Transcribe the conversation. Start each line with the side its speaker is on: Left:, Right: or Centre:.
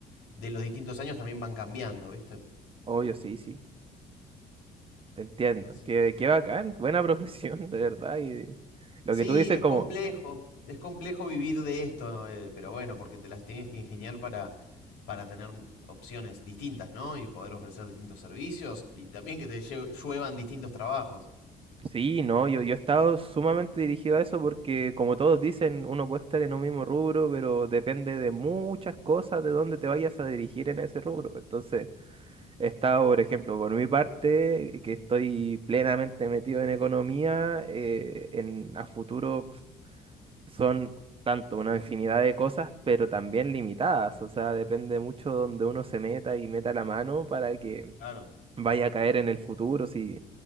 Left: de los distintos años también van cambiando, ¿viste?
Right: Obvio, sí, sí, te entiendo.
Left: Así
Right: Qué,
Left: que...
Right: qué bacán, buena <laughs> profesión, de verdad. Y lo
Left: Sí,
Right: que tú dices,
Left: es
Right: como
Left: complejo, es complejo vivir de esto, ¿no? Eh, pero bueno, porque te las tenías que ingeniar para, para tener opciones distintas, ¿no? Y poder ofrecer distintos servicios y también que te lle- lluevan distintos trabajos.
Right: Sí, no, yo, yo he estado sumamente dirigido a eso porque, como todos dicen, uno puede estar en un mismo rubro, pero depende de muchas cosas de dónde te vayas a dirigir en ese rubro. Entonces, he estado, por ejemplo, por mi parte, que estoy plenamente metido en economía, eh, en a futuro son tanto una infinidad de cosas, pero también limitadas. O sea, depende mucho donde uno se meta y meta la mano para que
Left: Claro.
Right: vaya a caer en el futuro. Si